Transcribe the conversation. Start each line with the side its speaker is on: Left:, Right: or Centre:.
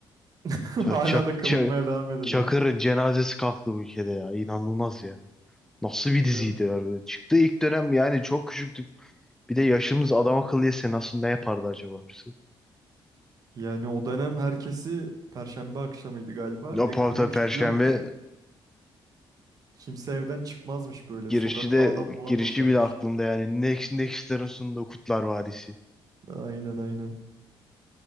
Right: <laughs>
Centre: Çak,
Right: Hala
Centre: çak,
Right: da kılınmaya
Centre: ça-
Right: devam ediliyor.
Centre: Çakır'ın cenazesi kalktı bu ülkede ya. İnanılmaz ya. Nasıl bir diziydi
Right: Hocam,
Centre: abi. Çıktı ilk dönem yani çok küçüktük. Bir de yaşımız adam akıllı yese nasıl ne yapardı acaba? birisi?
Right: Yani o dönem herkesi Perşembe akşamıydı galiba.
Centre: Ya
Right: Ekrana
Centre: tabii
Right: kilitliyormuş.
Centre: Perşembe
Right: Kimse evden çıkmazmış böyle.
Centre: Girişi
Right: Sokakta
Centre: de
Right: adam bulamazlarmış.
Centre: girişi bile aklımda yani. Next Next'lerin sunduğu Kutlar Vadisi.
Right: Aynen aynen.